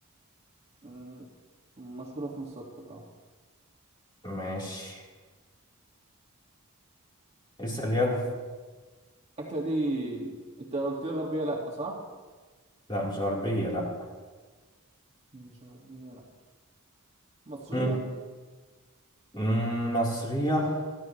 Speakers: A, on the right; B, on the left.
A: مم، مشهورة في مصر أكتر اه
B: ماشي اسأل يلا
A: الأكلة دي أنت قلت لي غربية لأ صح؟
B: لا مش غربية لا
A: مش غربية لأ مصرية؟
B: مم. مم، مصرية